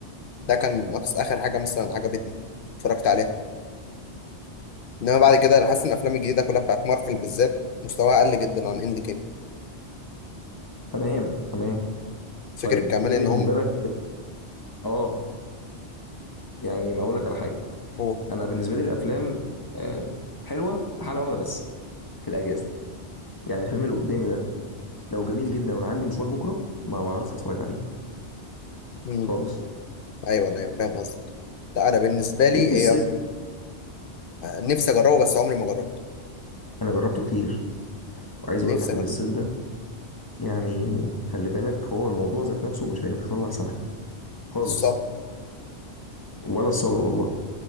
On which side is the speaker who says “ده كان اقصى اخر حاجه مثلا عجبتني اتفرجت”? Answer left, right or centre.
Left